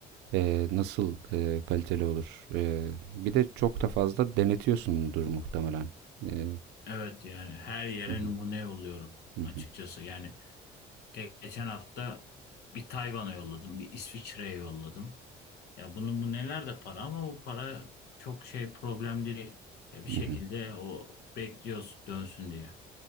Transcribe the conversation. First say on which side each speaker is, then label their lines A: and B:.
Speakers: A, on the right (about 85°); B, on the left (about 75°).
A: e, nasıl e, kaliteli olur? E, bir de çok da fazla denetiyorsundur muhtemelen. E,
B: Evet yani her yere
A: hı hı,
B: numune yolluyorum
A: hı hı,
B: açıkçası. Yani ge- geçen hafta bir Tayvan'a yolladım, bir İsviçre'ye yolladım. Ya bunun bu neler de para ama bu para çok şey problem değil. Ya bir şekilde
A: hı hı.
B: o bekliyoruz dönsün diye.